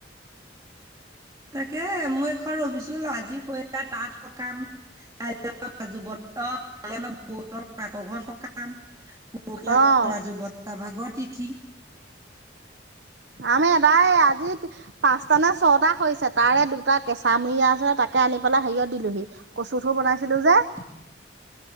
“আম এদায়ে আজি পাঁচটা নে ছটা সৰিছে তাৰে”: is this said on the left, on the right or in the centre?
Right